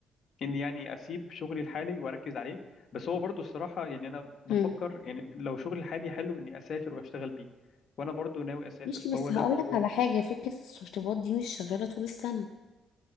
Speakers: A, on the left; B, on the left.
A: اني يعني اسيب شغلي الحالي واركز عليه بس هو برضو الصراحه يعني انا بفكر
B: مم.
A: يعني لو شغلي الحالي حلو اني اسافر واشتغل بيه وانا برضو ناوي اسافر
B: ماشي
A: فهو
B: بس
A: ده
B: هقولك
A: موضوع
B: على حاجة فكرة التشطيبات دي مش شغالة طول السنة